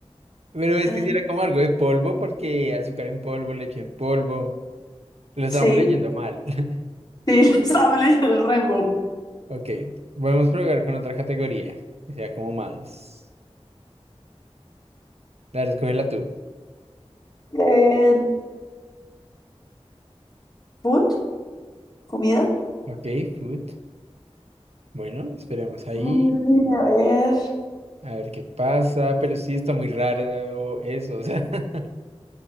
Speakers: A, on the right; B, on the left.
A: pero es
B: Ah,
A: que si era como algo de polvo, porque azúcar en polvo, leche en polvo. Lo estamos
B: Sí,
A: leyendo mal. <laughs>
B: sí, <laughs> estaba leyendo el remoto.
A: Ok, podemos probar con otra categoría, que sea como más. La escógela tú.
B: Eh, food, comida.
A: Ok, food. Bueno, esperemos ahí,
B: Mm, A ver.
A: a ver qué pasa, pero sí está muy raro eso, o sea, <laughs>